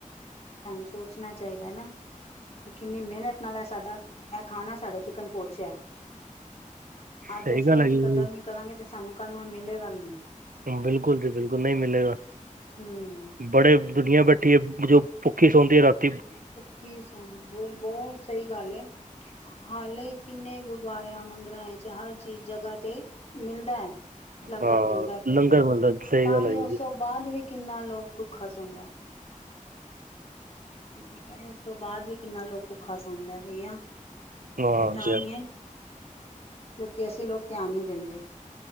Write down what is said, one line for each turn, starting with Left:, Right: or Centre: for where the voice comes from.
Left: ਸਾਨੂੰ ਸੋਚਣਾ ਚਾਹੀਦਾ ਨਾ ਕਿ ਕਿੰਨੀ ਮਿਹਨਤ ਨਾਲ ਹੈ। ਸਾਡਾ ਇਹ ਖਾਨਾ ਸਾਡੇ ਤਕ ਪੋਚਿਆ ਅੱਜ
Right: ਸਹੀ
Left: ਅਸੀ
Right: ਗੱਲ
Left: ਇਹ
Right: ਹੈਗੀ
Left: ਦੀ
Right: ਜੀ
Left: ਕਦਰ ਨਹੀ ਕਰਾਂਗੇ ਤੇ ਸਾਨੂੰ ਕੱਲ ਨੂੰ ਇਹ ਮਿਲੇਗਾ ਵੀ ਨਹੀ
Right: ਬਿਲਕੁਲ ਜੀ ਬਿਲਕੁਲ ਨਹੀ ਮਿਲੇਗਾ
Left: ਹੂੰ।
Right: ਬੜੇ ਦੁਨੀਆਂ ਬੈਠੀ ਹੈ। ਜੋ ਕਿ ਸੌਦੇ ਆ ਰਾਤ-
Left: ਕੀ ਸੁਣ ਬਹੁਤ ਸਹੀ ਗੱਲ ਹੈ। ਹਾਲੇ ਕਿੰਨੇ ਗੁਰਦੁਆਰਿਆਂ ਮੰ ਚਹਰ ਚੀਜ਼ ਜਗ੍ਹਾ ਤੇ ਮਿਲਦਾ ਹੈ। ਲੰਗਰ
Right: ਹਾਂ
Left: ਮਿਲਦਾ ਪਹੀਆ
Right: ਲੰਗਰ ਮਿਲਦਾ ਸਹੀ
Left: ਤਾਂ
Right: ਗੱਲ
Left: ਵੀ
Right: ਹੈ ਜੀ
Left: ਉਸ ਤੋਂ ਬਾਅਦ ਵੀ ਕਿੰਨਾ ਲੋਕ ਭੁੱਖਾ ਸੌਦਾ ਹੈ। ਕਹਿ ਰੇ ਉਸ ਤੋਂ ਬਾਅਦ ਵੀ ਕਿੰਨਾ ਲੋਕ ਭੁੱਖਾ ਸੋਦਾ ਹੈ। ਬਈਆ
Right: ਹਾਂ
Left: ਐਤਾਂ
Right: ਜੀ ਹਾਂਜੀ,
Left: ਹੀ ਹੈ। ਕਿਉਂ ਕਿ ਅਸੀ ਲੋਕ ਧਿਆਨ ਨਹੀ ਦੇਦੇ